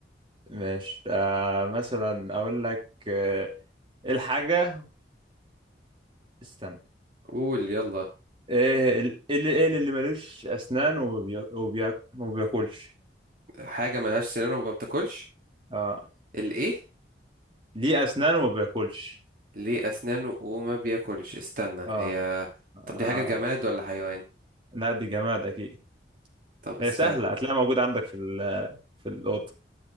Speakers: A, on the right (about 25°); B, on the right (about 45°).
A: ماشي آه مثلا اقول لك آه، ايه الحاجة استنى
B: قول يلا
A: ايه ال- ايه اللي ايه اللي ملوش اسنان وبي... وبي... وبياكلش
B: حاجة ملهاش سنان وما بتاكلش
A: اه
B: الايه
A: ليه اسنان وما بياكلش
B: ليه أسنانه وما بياكلش استنى هي
A: اه, آه.
B: طب دي حاجة جماد ولا حيوان
A: لا دي جماد اكيد
B: طب استنى
A: هي سهلة هتلاقيها موجودة عندك في ال... في الأوضة